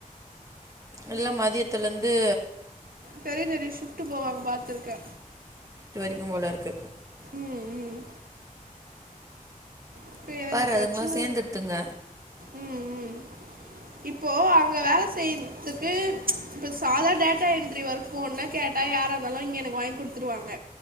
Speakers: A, on the right; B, on the right.
A: இல்னா மதியத்துல இந்து
B: தெரியு தெரியு ஷிஃப்ட்டு போவாங்க பாத்துருக்கே
A: ம் போலருக்கு
B: ம் ம் இப்ப எனக்கு
A: பாரு
B: பிரச்சன
A: அதுங்களாம் சேர்ந்துடுத்துங்க
B: உம் உம் இப்போ அங்க வேல செய்றதுக்கு இப்ப சாதா டேட்டா என்ட்ரி வொர்க் போன்னா கேட்டா வே யாராருந்தாலும் இங்க எனக்கு வாங்கி குடுத்துருவாங்க